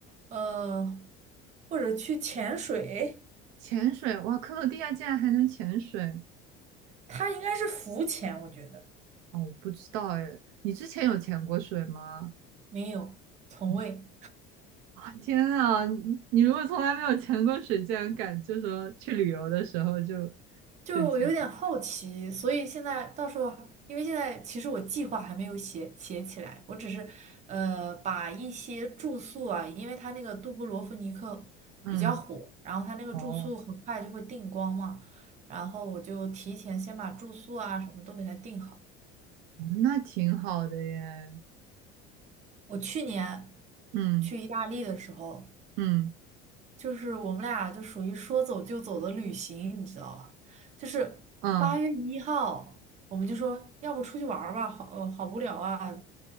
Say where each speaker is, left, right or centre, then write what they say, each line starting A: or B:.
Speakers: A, on the right (about 35°); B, on the right (about 75°).
A: 呃，或者去潜水，
B: 潜水，哇，克罗地亚竟然还能潜水！
A: 它应该是浮潜，我觉得
B: 哦，我不知道哎，你之前有潜过水吗？
A: 没有，从未。
B: 哦，啊天啊，你你如果从来没有潜过水，竟然敢就说去旅游的时候就
A: 就是我有点好奇，
B: 就潜，
A: 所以现在到时候，因为现在其实我计划还没有写写起来，我只是呃把一些住宿啊，因为它那个杜布罗夫尼克比较火，
B: 嗯，
A: 然后它那个住宿很快就会订光嘛，
B: 哦。
A: 然后我就提前先把住宿啊什么都给它订好。
B: 哦，那挺好的耶。
A: 我去年
B: 嗯
A: 去意大利的时候，
B: 嗯
A: 就是我们俩就属于说走就走的旅行，你知道吧？就是八月一号，
B: 嗯，
A: 我们就说要不出去玩儿吧，好，呃，好无聊啊。